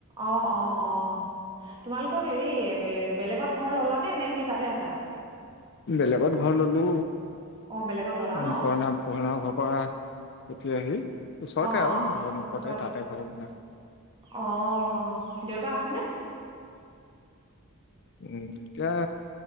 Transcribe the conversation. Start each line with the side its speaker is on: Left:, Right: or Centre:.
Right: অঁ', অঁ', অঁ' তোমালোকৰ হেৰি বেলেগত ঘৰ ল'লা নে নে সেই তাতে আছা?
Left: বেলেগত ঘৰ ললে।
Right: অ বেলেগত ল'লা
Left: মে
Right: ন
Left: পণা পৰনা ঘৰৰ পৰা উঠি আহি। ওচৰতে
Right: অ',
Left: আৰু
Right: অ'
Left: ঘৰৰ মুখতে
Right: ওচৰতে
Left: তাতে ঘৰ বনাই
Right: অ'। দেউতা আছেনে?
Left: উম, এতিয়া